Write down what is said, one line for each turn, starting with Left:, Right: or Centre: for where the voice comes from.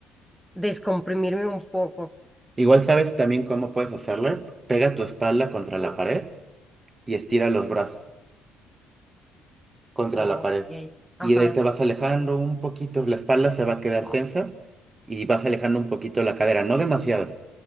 Centre: descomprimirme un poco.
Right: Igual sabes también cómo puedes hacerle. Pega tu espalda contra la pared y estira los brazos contra
Centre: Ok,
Right: la pared.
Centre: ajá.
Right: Y de ahí te vas alejando un poquito. La espalda se va a quedar
Centre: Ah,
Right: tensa y vas alejando un poquito la cadera, no demasiado.